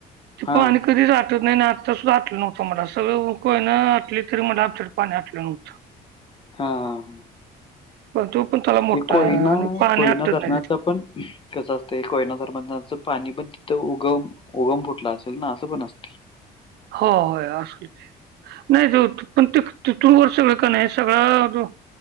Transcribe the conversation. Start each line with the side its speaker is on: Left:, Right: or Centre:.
Right: ते
Left: हा
Right: पाणी कधीच आटत नाही आत्ता सुद्धा आटलं नव्हतं मला सगळं कोयन आटली तरी मला आमच्याकडे पाणी आटलं नव्हतं
Left: हा हा
Right: तोपण तलाव मोठा
Left: ते कोयना
Right: आहे आणि पाणी
Left: कोयना
Right: आटत
Left: धरणाचं
Right: नाही तिथलं.
Left: पण कसं असतयं कोयना धरणाचं पाणी पण तिथं उगम उगम फुटलं असेल ना असं पण असतय
Right: हो होय असेल की नाही जा पण ते तिथू तिथून वर सगळं का नाही सगळं